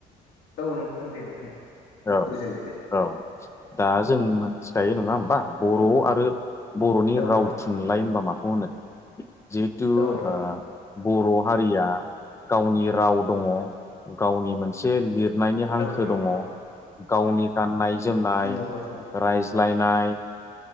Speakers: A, on the left; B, on the left.
A: औ नोंथां दे नोंथां
B: औ
A: जुरिजेनदो
B: औ दा जों मिथिखायो नङा होमबा बर' आरो बर'नि
A: औ
B: राव
A: नोंथां
B: थुनलाइ होनबा माखौ होनो? जिहेथु ओ
A: औ नोंथां
B: बर' हारिया गावनि राव दङ गावनि मोनसे लिर नायनि हांखो
A: औ नंगौ
B: दङ गावनि गाननाय जोमनाय
A: नंगौ नोंथां
B: रायज्लायनाय